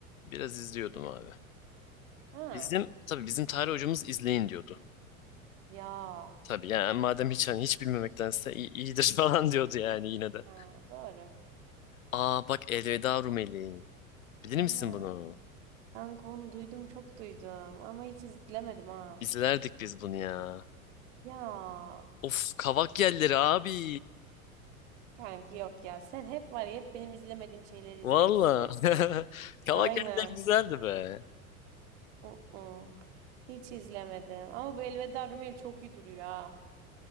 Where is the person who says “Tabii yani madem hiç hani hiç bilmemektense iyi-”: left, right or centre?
Left